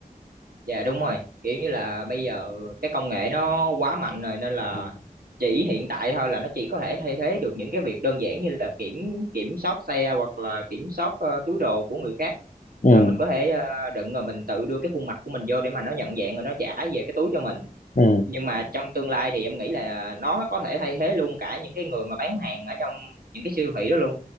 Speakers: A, on the right (about 80°); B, on the left (about 60°).
A: dạ đúng rồi kiểu như là bây giờ cái công nghệ nó quá mạnh rồi nên là
B: ừ
A: chỉ hiện tại thôi là nó chỉ có thể thay thế được những cái việc đơn giản như là kiểm kiểm soát xe hoặc là kiểm soát ờ, túi đồ của người khác
B: ừ
A: Ờ, mình có thể ờ, đựng rồi mình tự đưa cái khuôn mặt của mình vô để mà nó nhận dạng rồi nó trả về cái túi cho mình
B: ừ
A: nhưng mà trong tương lai thì em nghĩ là nó có thể thay thế luôn cả những cái người mà bán hàng ở trong những cái siêu thị đó luôn